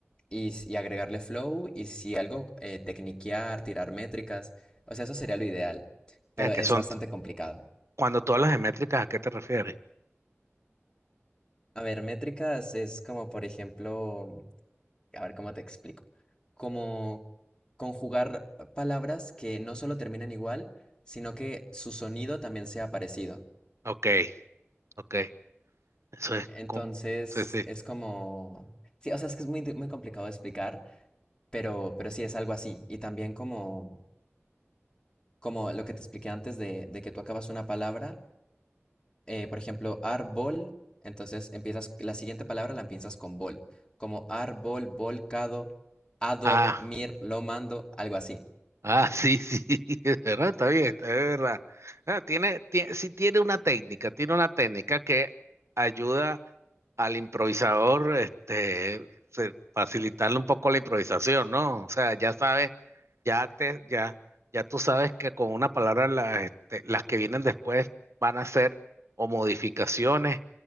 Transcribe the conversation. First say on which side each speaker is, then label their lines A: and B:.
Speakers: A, on the left; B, on the right.
A: y, s- y agregarle flow y si algo, eh, tecniquear, tirar métricas. O sea, eso sería lo ideal, pero
B: Es
A: es
B: que son,
A: bastante
B: t-
A: complicado.
B: cuando todas las métricas, ¿a qué te refieres?
A: A ver, métricas es como, por ejemplo, a ver cómo te explico. Como conjugar palabras que no solo terminan igual, sino que su sonido también sea parecido.
B: Ok, ok. Eso es
A: Entonces,
B: como, sí, sí.
A: es como... Sí, o sea, es que es muy, di- muy complicado de explicar, pero, pero sí es algo así. Y también como, como lo que te expliqué antes de, de que tú acabas una palabra eh, por ejemplo, árbol, entonces empiezas, la siguiente palabra la empiezas con bol, como árbol, volcado, a dormir,
B: Ah.
A: lo mando, algo así.
B: Ah, sí, sí, <laughs> es verdad, está bien, está- es verdad. Ah, tiene, tie- sí tiene una técnica, tiene una técnica que ayuda al improvisador, este, se- facilitarle un poco la improvisación, ¿no? O sea, ya sabes, ya te, ya, ya tú sabes que con una palabra la- este, las que vienen después van a ser o modificaciones